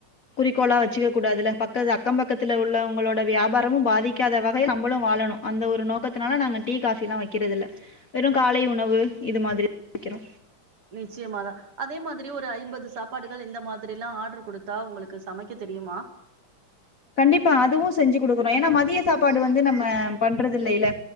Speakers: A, on the left; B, on the right.
A: குறிக்கோளா வச்சுக்க கூடாதுல பக்கத்து அக்கம்பக் த்துல உள்ளவங்களோட வியாபாரமு பாதிக்காத வகை நம்மளு வாழணு அந்த ஒரு நோக்கத்தினால நாங்க டீ காஃபில்லா வச் வக்கிறது இல்ல வெறு காலை உணவு இது மாதிரி வைக்கிறோ
B: நிச்சயமா தா அதே மாதிரி ஒரு ஐம்பது சாப்பாடுகள் இந்த மாதிரில்லா ஆர்டர் குடுத்தா உங்களுக்கு சமைக்க தெரியுமா
A: கண்டிப்பா அதுவு செஞ்சி குடுக்குறே ஏன்னா மதிய சாப்பாடு வந்து நம்ம பண்றது இல்லல்ல